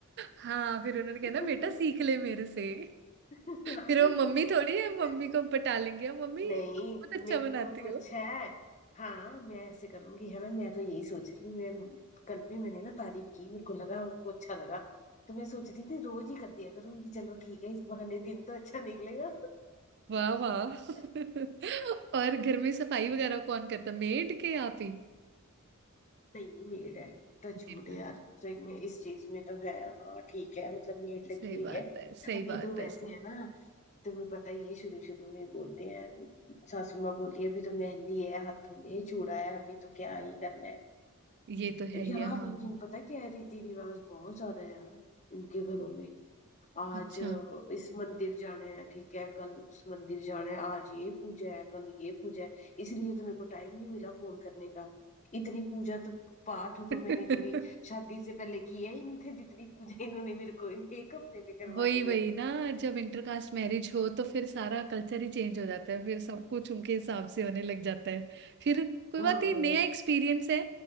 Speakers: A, on the right; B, on the left.
A: हाँ फिर उन्होंने कहा
B: <laughs>
A: ना बेटा सीख ले मेरे से
B: हाँ,
A: फिर
B: नहीं
A: वो
B: वो
A: मम्मी
B: कुछ
A: थोड़ी
B: करना
A: है मम्मी को पटा लेंगे मम्मी
B: नहीं
A: आप बहुत अच्छा
B: मेरे
A: बनाती
B: को तो
A: हो
B: अच्छा
A: <laughs>
B: है हाँ मैं ऐसे करूंगी है ना मैं तो यही सोच रही हूँ मैं कल भी मैंने ना तारीफ की मेरे को लगा उनको अच्छा लगा तो मैं सोच रही थी रोज ही कर दिया करूंगी चलो ठीक है इस बहाने दिन तो अच्छा निकलेगा
A: वाह वाह <laughs>
B: <laughs>
A: और घर में सफाई वगैरह कौन करता मेड के आप ही
B: नहीं नहीं मेड है टचवुड
A: मेड
B: यार
A: करते
B: सही में इस चीज में तो है हाँ ठीक है मतलब मेड
A: सही
B: लगी हुई
A: बात
B: है
A: है सही
B: अभी
A: बात
B: तो वैसे
A: है सही
B: है ना तुम्हें पता ही है शुरू शुरू में बोलते हैं सासू माँ बोलती है अभी तो मेहंदी है हाथों में चूड़ा है अभी तो क्या ही करना है
A: ये तो है ही
B: यहाँ
A: है, हाँ
B: लेकिन पता है क्या है रीति रिवाज बहुत ज्यादा है यार इनके घरों में आज
A: अच्छा
B: अ, इस मंदिर जाना है ठीक है कल उस मंदिर जाना है आज ये पूजा है कल ये पूजा है इसलिए तो मेरे को टाइम नहीं मिला फोन करने का इतनी पूजा तो पाठ तो
A: <laughs>
B: मैंने कभी शादी से पहले किया ही नहीं था जितनी पूजा इन्होंने मेरे को इन- एक हफ्ते में करवा
A: वही
B: दी
A: वही
B: है
A: ना जब इंटरकास्ट मैरिज हो तो फिर सारा कल्चर ही चेंज हो जाता है फिर सब कुछ उनके हिसाब से होने लग जाता है फिर कोई
B: हाँ
A: बात नहीं नया एक्सपीरियंस है